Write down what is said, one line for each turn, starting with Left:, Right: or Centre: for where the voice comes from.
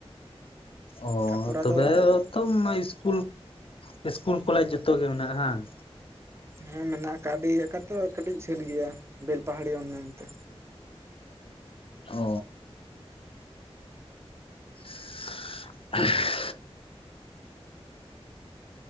Left: ᱚ
Right: ᱛᱟᱯᱚᱨ
Left: ᱛᱚᱵᱮ
Right: ᱟᱫᱚ
Left: <unintelligible> ᱤᱥᱠᱩᱞ, ᱤᱥᱠᱩᱞ ᱠᱚᱞᱮᱡᱽ ᱡᱚᱛᱚ ᱜᱮ ᱢᱮᱱᱟᱜᱼᱟ ᱦᱟᱝ?
Right: ᱦᱮᱸ ᱢᱮᱱᱟᱜ ᱠᱟᱫᱼᱟ ᱟᱹᱰᱤ ᱟᱠᱟᱛᱮ ᱠᱟᱹᱴᱤᱡ ᱡᱷᱟᱹᱞ ᱜᱮᱭᱟ ᱵᱮᱞᱯᱟᱦᱟᱲᱤ ᱚᱱᱮ ᱚᱮᱱᱛᱮ᱾
Left: ᱚ <inaudible>